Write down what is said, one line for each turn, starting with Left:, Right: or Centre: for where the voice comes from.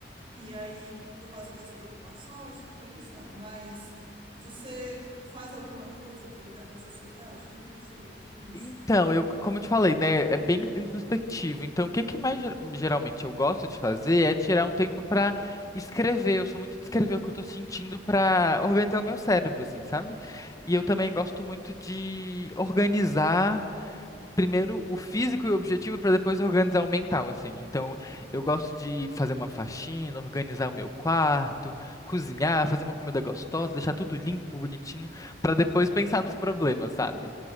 Right: e aí, p- por causa das preocupações, fico pensando, mas você faz alguma coisa para lidar com essa ansiedade? Como que você lida com isso?
Left: Então, eu, como eu te falei, né, é bem introspectivo. Então, o que que mais ger- geralmente eu gosto de fazer é tirar um tempo pra escrever. Eu sou muito de escrever o que eu tô sentindo pra organizar o meu cérebro, assim, sabe? E eu também gosto muito de organizar primeiro o físico e o objetivo para depois organizar o mental, assim. Então, eu gosto de fazer uma faxina, organizar o meu quarto, cozinhar, fazer uma comida gostosa, deixar tudo limpo, bonitinho, para depois pensar nos problemas, sabe?